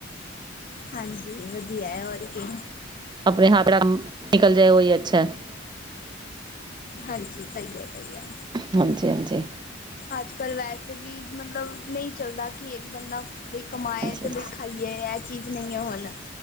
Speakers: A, on the left (about 45°); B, on the right (about 25°).
A: ਹਾਂਜੀ ਵਧੀਆ ਹੈ ਹੋਰ ਕਿ।
B: ਆਪਣੇ ਹਥਰਾ <inaudible> ਨਿਕਲ ਜਾਏ ਉਹੀ ਅੱਛਾ ਹੈ।
A: ਹਾਂਜੀ ਸਹੀ ਹੈ ਸਹੀ ਹੈ।
B: ਹਾਂਜੀ-ਹਾਂਜੀ।
A: ਅੱ -ਕੱਲ ਵੈਸੇ ਵੀ ਮਤਲਬ ਨਹੀਂ ਚੱਲਦਾ ਕਿ ਇੱਕ ਬੰਦਾ ਬਈ ਕਮਾਏ
B: ਹਾਂਜੀ
A: ਤੇ ਬਈ ਖਾਈ ਇਹ ਇਹ <inaudible> ਚੀਜ਼ ਨਹੀਂ ਹੀ ਹੈ ਹੁਨ